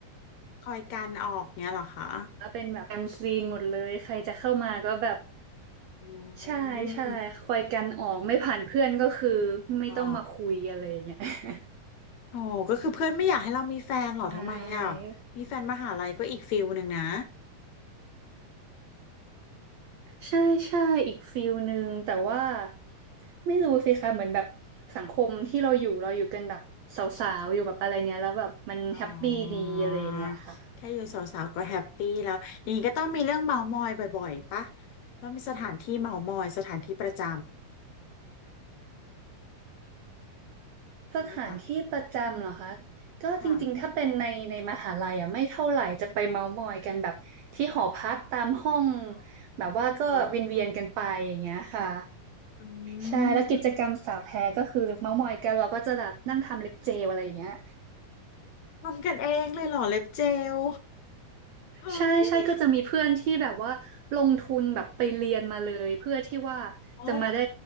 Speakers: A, on the left (about 70°); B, on the right (about 75°).
A: คอยกันออกเนี้ยเหรอคะ
B: เป็นแบบกันซีนหมดเลยใครจะเข้ามาก็แบบ
A: อื
B: ใช่ใช่คอยกันออกไม่ผ่านเพื่อนก็คือ
A: ม
B: ไม่ต้องมาคุยอะไรอย่างเงี้ย
A: อ๋อ
B: <laughs>
A: โอ้ก็คือเพื่อนไม่อยากให้เรามีแฟนเหรอทำไมอ่ะ
B: ใช่
A: มีแฟนมหาลัยก็อีกฟิลหนึ่งนะ
B: ใช่ใช่อีกฟิลหนึ่งแต่ว่าไม่รู้สิคะเหมือนแบบสังคมที่เราอยู่เราอยู่กันแบบสาวๆอยู่แบบอะไรเนี้ยแล้วแบบมันแฮปปี้ดีอะไรอย่างเงี้ยค่ะ
A: อ๋อแค่อยู่สาวๆก็แฮปปี้แล้วอย่างนี้ก็ต้องมีเรื่องเมามอยบ่อยๆปะต้องมีสถานที่เมามอยสถานที่ประจำนี่ไหมคะ
B: สถานที่ประจำเหรอคะก็จริงๆถ้าเป็นในในมหาลัยอ่ะไม่เท่าไหร่จะไปเมาท์มอยกันแบบที่หอพักตามห้อง
A: ค่ะอ
B: แบบว่าก็เวียนๆกันไปอย่างเงี้ยค่ะ
A: ๋ออื
B: ใช่แล้วกิจกรรมสาวแท้ก็คือเมาท์มอยกันเราก็จะแบบนั่งทำเล็บเจลอะไรอย่างเงี้ย
A: มทำกันเองเลยเหรอเล็บเจลเฮ้ย
B: ใช่ใช่ก็จะมีเพื่อนที่แบบว่าลงทุนแบบไปเรียนมาเลยเพื่อที่ว่าจะมาได้
A: โอ้